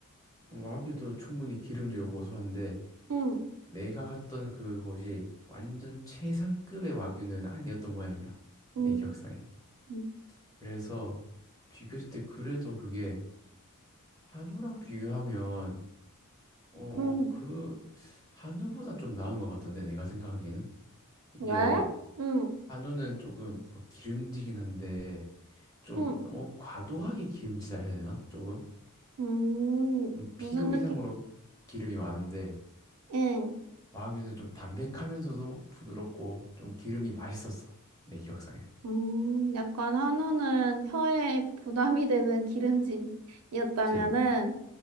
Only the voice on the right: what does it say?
응,
응,
응,
응.
왜? 응,
응,
음,
무슨
느낌?
응,
음, 약간 한우는 혀에 부담이 되는 기름짐이었다면은,